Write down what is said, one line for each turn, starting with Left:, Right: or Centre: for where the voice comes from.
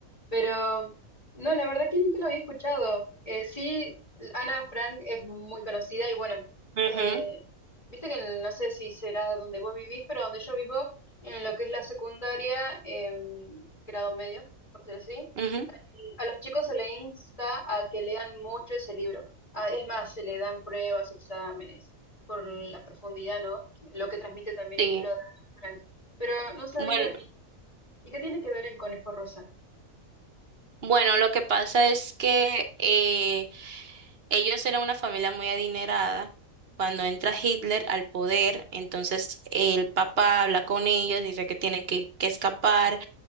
Left: Pero no, la verdad que nunca lo había escuchado. Eh, sí, Ana Frank es muy conocida y bueno,
Right: Ujú,
Left: eh, viste que en- no sé si será donde vos vivís, pero donde yo vivo, en lo que es la secundaria, em, grado medio, por decir así,
Right: ujú,
Left: eh, a los chicos se les insta a que lean mucho ese libro. Ah, es más, se le dan pruebas, exámenes, por la profundidad, ¿no? Lo que transmite también
Right: sí.
Left: el libro de Ana Frank. Pero no sabía,
Right: Bueno,
Left: ¿y qué tiene que ver el conejo rosa?
Right: bueno, lo que pasa es que eh, Ellos eran una familia muy adinerada. Cuando entra Hitler al poder, entonces el papá habla con ellos, dice que tienen que, que escapar